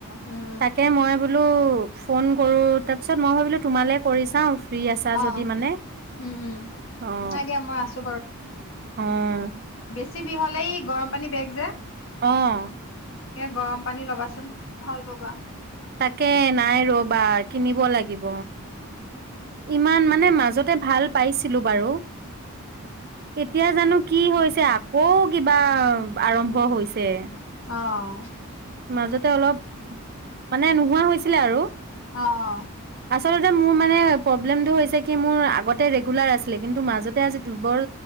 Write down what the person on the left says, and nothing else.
উম উম
অ
উম উম
নাই দিয়া মই আছো
টিবি হলে ই গৰমপানী বেগ যে।
গৰমপানী লবাচোন, ভাল পাবা।
অ'
অ'।